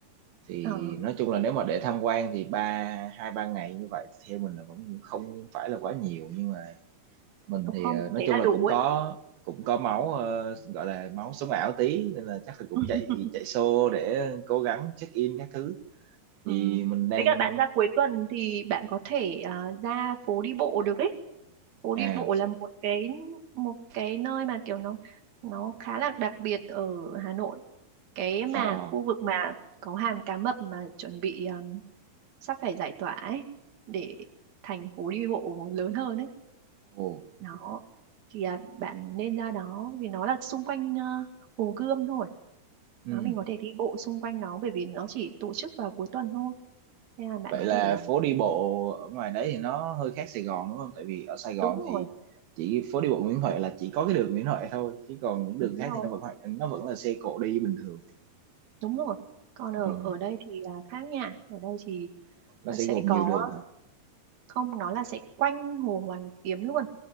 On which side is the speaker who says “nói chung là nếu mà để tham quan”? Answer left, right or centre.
Right